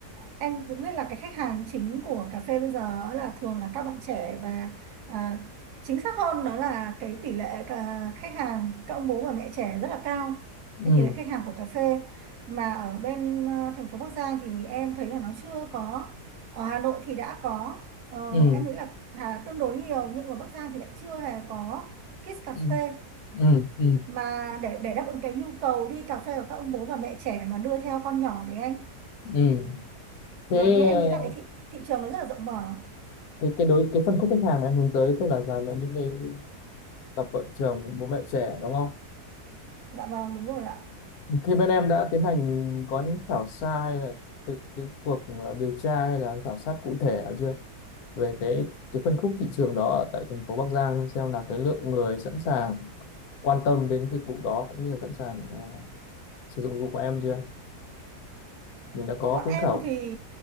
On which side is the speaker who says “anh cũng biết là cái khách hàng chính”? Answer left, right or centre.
Right